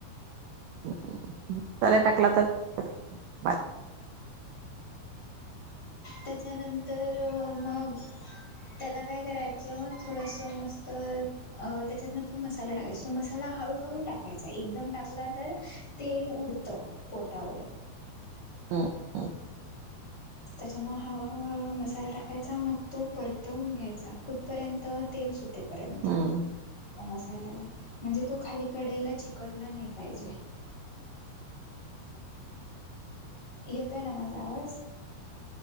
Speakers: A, on the right; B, on the left.
A: <inaudible> पहिला टाकला तर? बार.
B: त्याच्यानंतर मग त्याला काय करायचं थोडस मस्त अ त्याच्यातन तो मसाला टाकायचा तो मसाला हळूहळू टाकायचा एकदम टाकला तर तेल उडत पोटावर.
A: हम् हम्.
B: त्याच्यामुळ हळहळू हळू मसाला टाकायचा मग तो परतवून घ्यायचा कुठपर्यंत तेल सुटेल पर्यंत
A: हम्म
B: मसाल्याला म्हणजे तो खाली कडाईला चिकटला नाही पाहिजे. येतोय ना माझा आवाज?